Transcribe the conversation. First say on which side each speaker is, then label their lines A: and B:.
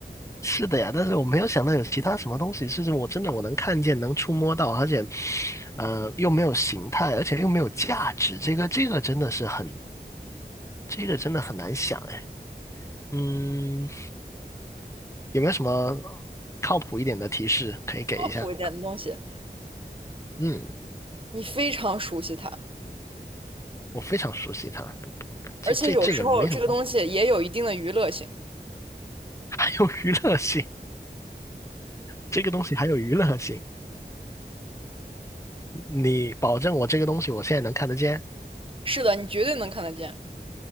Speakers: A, on the left; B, on the right.
A: 是的呀，但是我没有想到有其他什么东西是我真的我能看见、能触摸到，而且，呃，又没有形态，而且又没有价值。这个这个真的是很，这个真的很难想哎。嗯，有没有什么靠谱一点的提示可以给一下？
B: 靠谱一点的东西，
A: 嗯，
B: 你非常熟悉它，
A: 我非常熟悉它，不不这这这个没什么，
B: 而且有时候这个东西也有一定的娱乐性。
A: <laughs> 还有娱乐性，这个东西还有娱乐性。你保证我这个东西我现在能看得见，
B: 是的，你绝对能看得见。